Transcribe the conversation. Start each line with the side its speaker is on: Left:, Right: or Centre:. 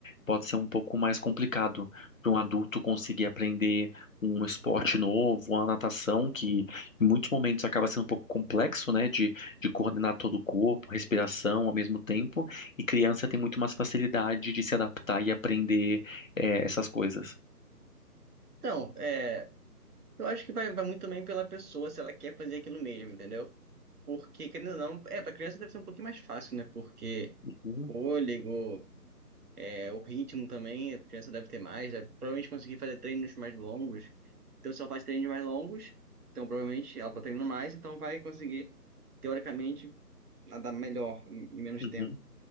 Left: pode ser um pouco mais complicado para um adulto conseguir aprender um esporte novo, uma natação, que em muitos momentos acaba sendo um pouco complexo, né? De, de coordenar todo o corpo, respiração ao mesmo tempo. E criança tem muito mais facilidade de se adaptar e aprender é, essas coisas.
Right: então, é. Eu acho que vai, vai muito também pela pessoa, se ela quer fazer aquilo mesmo, entendeu? Porque, querendo ou não, é, pra criança deve ser um pouquinho mais fácil, né? Porque
Left: Uhum,
Right: fôlego, é, o ritmo também, a criança deve ter mais, deve provavelmente conseguir fazer treinos mais longos. Então, se ela faz treinos mais longos, então provavelmente ela tá treinando mais, então vai conseguir, teoricamente, nadar melhor em em menos
Left: uhum.
Right: tempo.